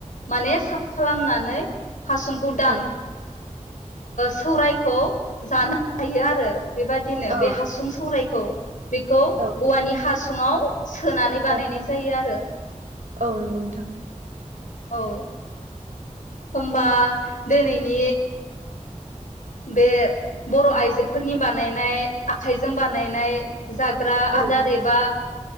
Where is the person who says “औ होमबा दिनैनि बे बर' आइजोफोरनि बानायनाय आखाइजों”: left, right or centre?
Left